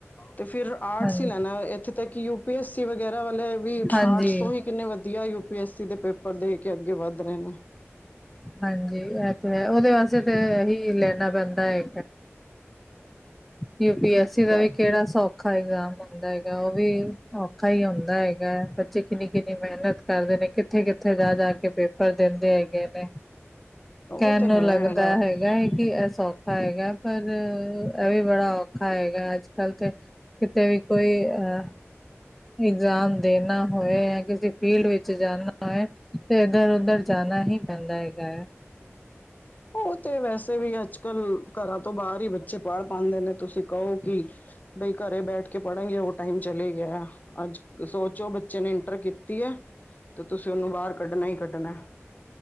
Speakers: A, on the left (about 35°); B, in the centre.
A: ਤੇ ਫਿਰ ਆਰਟਸ
B: ਹਾਂਜੀ
A: ਹੀ ਲੈਣਾ, ਇੱਥੇ ਤੱਕ ਯੂ ਪੀ ਐਸਸੀ ਵਗੈਰਾ ਵਾਲੇ ਵੀ
B: ਹਾਂਜੀ
A: ਆਰਟਸ ਤੋਂ ਹੀ ਕਿੰਨੇ ਵਧੀਆ ਯੂ ਪੀ ਐੱਸ ਸੀ, ਦੇ ਪੇਪਰ ਦੇ ਕੇ ਅੱਗੇ ਵੱਧ ਰਹੇ ਨੇ
B: ਹਾਂਜੀ, ਇਹ ਤੇ ਏ ਉਹਦੇ ਵਾਸਤੇ ਤਾਂ ਇਹੀ ਲੈਣਾ ਪੈਂਦਾ ਏ ਯੂ ਪੀ ਐਸ ਸੀ ਦਾ
A: ਵੈ
B: ਵੀ ਕਿਹੜਾ ਸੌਖਾ, ਐਗਜ਼ਾਮ ਹੁੰਦਾ ਹੈਗਾ ਉਹ ਵੀ ਔਖਾ ਈ ਹੁੰਦਾ ਹੈਗਾ ਗਾ ਬੱਚੇ ਕਿੰਨੀ-ਕਿੰਨੀ ਮਿਹਨਤ ਕਰਦੇ ਨੇ ਕਿੱਥੇ-ਕਿੱਥੇ ਜਾ-ਜਾ ਕੇ ਪੇਪਰ ਦਿੰਦੇ ਹੈਗੇ ਨੇ
A: ਉਹ
B: ਕਹਿਣ
A: ਤਾਂ
B: ਨੂੰ
A: ਹੈ
B: ਲੱਗਦਾ ਹੈਗਾ ਏ ਕਿ ਇਹ ਸੌਖਾ ਹੈਗਾ ਪਰ ਇਹ ਵੀ ਬੜਾ ਔਖਾ ਹੈਗਾ ਅੱਜ-ਕੱਲ ਤੇ ਕਿਤੇ ਵੀ ਕੋਈ ਅ ਇਗਜ਼ਾਮ ਦੇਣਾ ਹੋਏ ਜਾਂ ਕਿਸੀ ਫੀਲਡ ਵਿੱਚ ਜਾਨਾ ਹੈਏ, ਤੇ ਇੱਧਰ ਉਧਰ ਜਾਨਾ ਹੀ ਪੈਂਦਾ ਹੈਗਾ ਐ
A: ਉਹ ਤੇ ਵੈਸੇ ਵੀ ਅੱਜ ਕੱਲ ਘਰਾਂ ਤੋਂ ਬਾਹਰ ਹੀ, ਬੱਚੇ ਪੜ ਪਾਉਂਦੇ ਨੇ। ਤੁਸੀਂ ਕਹੋ ਕਿ ਬਈ ਘਰੇ ਬੈਠ ਕੇ ਪੜਾਂਗੇ, ਉਹ ਟਾਈਮ ਚਲੇ ਗਿਆ। ਅੱਜ ਸੋਚੋ ਬੱਚੇ ਨੇ ਇੰਟਰ ਕੀਤੀ ਹੈ, ਤੇ ਤੁਸੀਂ ਉਹਨੂੰ ਬਾਹਰ ਕੱਢਣਾ ਹੀ ਕੱਢਣਾ।